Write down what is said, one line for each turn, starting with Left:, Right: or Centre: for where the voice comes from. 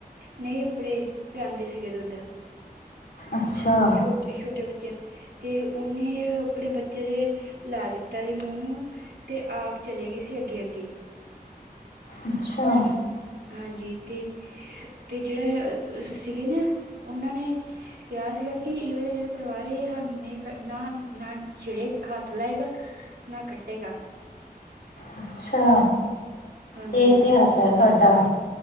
Right: ਨਹੀਂ ਆਪਣੇੇ ਪਿਆਂਦੇ ਸੀਗੇ ਦੁੱਧ।
Left: ਅੱਛਾ।
Right: ਛੋਟੇ ਛੋਟੇ ਬੱਚੇ ਤੇ ਉਹਨੇ ਆਪਣੇ ਬੱਚੇ ਦੇ ਲਾ ਦਿੱਤਾ ਸੀ ਮੂੰਹ ਨੂੰ ਤੇ ਆਪ ਚਲੇ ਗਏ ਸੀ ਅੱਗੇ ਅੱਗੇ।
Left: ਅੱਛਾ।
Right: ਹਾਂਜੀ ਤੇ ਤੇ ਜਿਹੜਾ ਸੀਗੇ ਨਾ ਉਹਨਾਂ ਨੇ ਕਿਹਾ ਸੀਗਾ ਕਿ ਇਹ ਵਾਲੇ ਜਿਹੜਾ ਪਰਿਵਾਰ ਸਾਨੂੰ ਨਹੀਂ ਨਾ ਨਾ ਛੇੜ੍ਹੇ ਹੱਥ ਲਾਏਗਾ ਨਾ ਕੱਟੇਗਾ।
Left: ਅੱਛਾ
Right: ਹਾਂਜੀ
Left: ਇਹ ਇਤਿਹਾਸ ਹੈ ਤੁਹਾਡਾ।